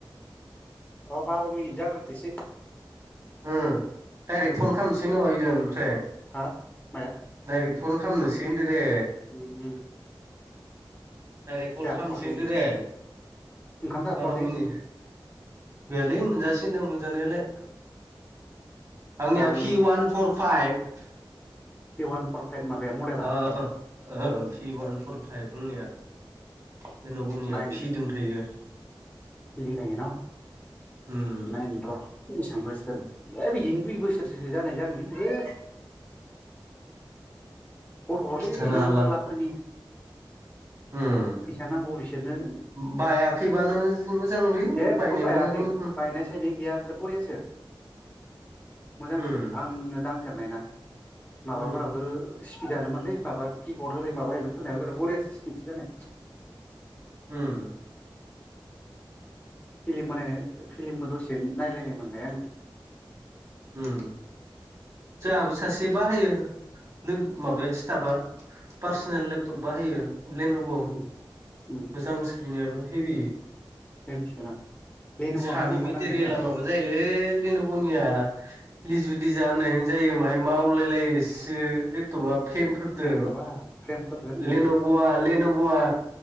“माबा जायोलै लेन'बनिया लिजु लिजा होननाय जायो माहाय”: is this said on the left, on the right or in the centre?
Right